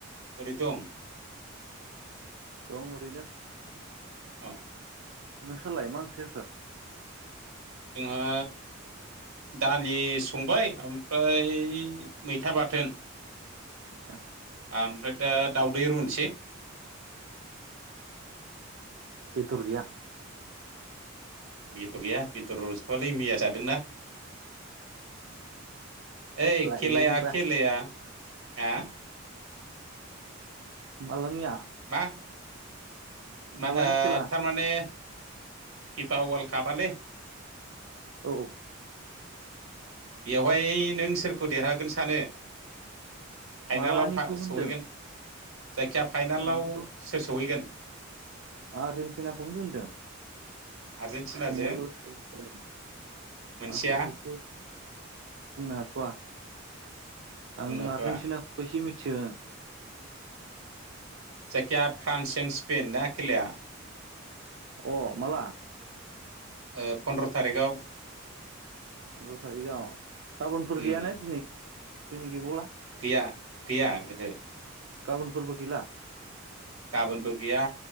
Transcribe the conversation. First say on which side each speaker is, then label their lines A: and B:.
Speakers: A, on the right (about 85°); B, on the right (about 60°).
A: बोरै दं?
B: दं ओरैनो
A: औ।
B: नोंस्रालाय मा ओंख्रि जाखो?
A: जोंहा दालि संबाय ओमफ्राय मैथा बाथोन
B: आदसा
A: ओमफ्राय दा दाावदै रुनोसै
B: बेदर गैया
A: बेदर गैया बेदर रसवालै मैया जादोंना। ओइ
B: लायबावदोब्रा
A: खेलाया खेलाया हा?
B: मालानिया?
A: मा माहो
B: मालानि खेला
A: थारमाने पि पा ववाल खाबालै
B: औ
A: बेवहाय नों सोर खौ देरहागोन सानो फाइनालाव
B: मालानिखौ
A: फा
B: होनदों
A: सौहैगोन जायखिजाया फाइनालाव
B: आंथ'
A: सोर सौहैगोन?
B: आंहा रेनटिनाखौनो दोन्दों।
A: आर्जेेनटिनाजों
B: <unintelligible>
A: मोनसेया
B: खौ बुंनो हाथवा आं
A: बुंनाथ'आ
B: आर्जेनटिना। बैसो मिथिगोन।
A: जायखिया फ्रान्सजों स्पेन खेलाया।
B: अ माला
A: ओ-फनन्द्र थारिखाव।
B: फन्द्र थारिखआव गाबोनफोर
A: उम
B: गैय ने दिनै दिनै गैबावला।
A: गैया गैया ओहो।
B: गाबोनफोरबो गैला।
A: गाबोनबो गैया